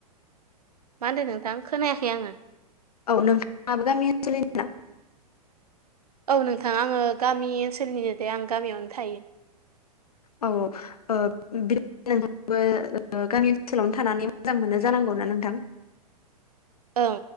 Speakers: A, on the right (about 70°); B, on the left (about 70°).
A: मा होन्दो नोंथां खोनायाखै आङो
B: औ नोंथांआबो गामि ओनसोलनिनो ना?
A: औ नोंथां आङो गामि ओनसोलनिनो दे आं गामियावनो थायो।
B: औ औ बिबो <unintelligible> <inaudible> गामि ओनसोलावनो थानानै मोजां मोनो जानांगौना नोंथां?
A: ओं